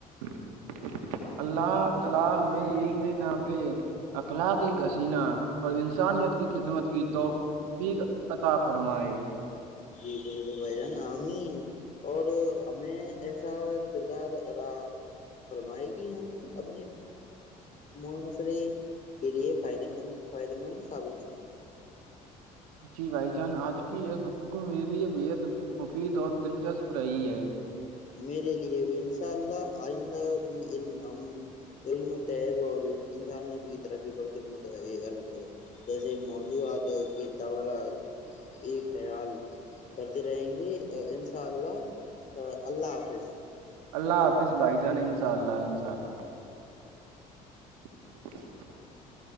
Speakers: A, on the right (about 80°); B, on the left (about 45°).
A: <inaudible>
B: جی بالکل بھائی جان آمین اور ہمیں ایسا کردار ادا فرمائے گی ہم اپنے معحاشرے کے لیے فائدے مند فائدے مند ثابت ہوں
A: جی بھائی جان آج ک کی ہے گپتگو میرے لیے بےحد مفید اور دلچسپ ری ہے
B: میرے لیے بھی ان شاء اللہ آئندہ بھی ع ہم علم طیب اور انسانیت کی ترقی پر مہ ال جیسے موضوعات کی طال کی خیال کرتے رہیں گے اور ان شاء اللہ اللہ حافظ
A: اللہ حافظ بھائی جان انشاء اللہ انشاء اللہ <inaudible>